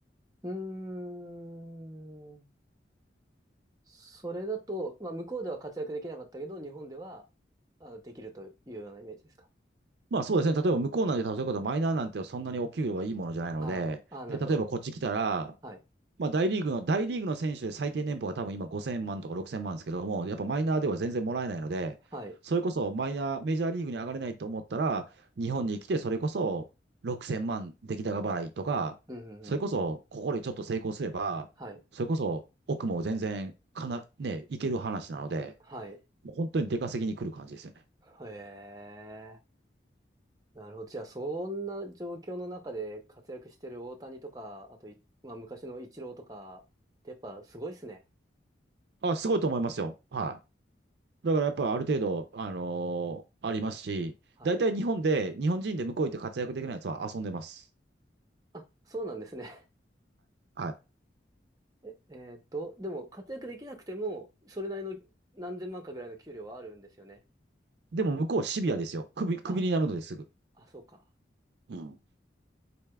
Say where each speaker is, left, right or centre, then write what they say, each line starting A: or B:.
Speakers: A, on the right; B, on the right.
A: うーん。それだと、まあ、向こうでは活躍できなかったけど、日本では、あ、できるというようなイメージですか。
B: まあそうですね。例えば向こうなんて、そういうことマイナーなんてそんなにお給料はいいものじゃないので、
A: ああ、ああ、なるほど。
B: で、例えばこっち来たら、
A: はい。
B: まあ、大リーグの、大リーグの選手で最低年俸は多分今5000万とか6000万ですけども、やっぱマイナーでは全然もらえないので、
A: はい。
B: それこそマイナー、メジャーリーグに上がれないと思ったら、日本に来てそれこそ6000万出来高払いとか、
A: うんうんうん。
B: それこそここでちょっと成功すれば、
A: はい。
B: それこそ奥も全然かな、ね、いける話なので、
A: はい。
B: もう本当に出稼ぎに来る感じですよね。
A: へえ。なるほど。じゃあ、そんな状況の中で活躍してる大谷とか、あとい、まあ、昔のイチローとかってやっぱすごいっすね。
B: あ、すごいと思いますよ。はい。だからやっぱある程度、あのーありますし、
A: はい。
B: 大体日本で、日本人で向こう行って活躍できないやつは遊んでます。
A: あ、そうなんですね。
B: は
A: <laughs> え、えーっと、でも活躍できなくても、それなりの何千万かぐらいの給料はあるんですよね。
B: い。でも向こうはシビアですよ。首、首になるのですぐ。
A: あ、あ、そうか。
B: うん。